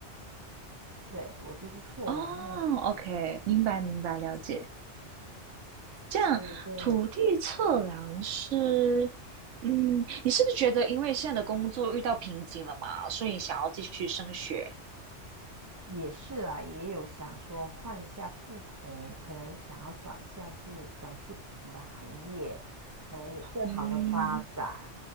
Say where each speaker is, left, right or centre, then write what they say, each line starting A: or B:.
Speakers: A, on the right; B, on the right.
A: 对，我就是测量那个土地的，
B: 哦，OK，明白明白，了解。这样，
A: 所以这
B: 土地测量师，嗯，你是不是觉得因为现在的工作遇到瓶颈了嘛，所以想要继续升学？
A: 也是啦，也有想说换下不同，可能想要转下去，转去不同的行业，可能有更好的发展。
B: 嗯，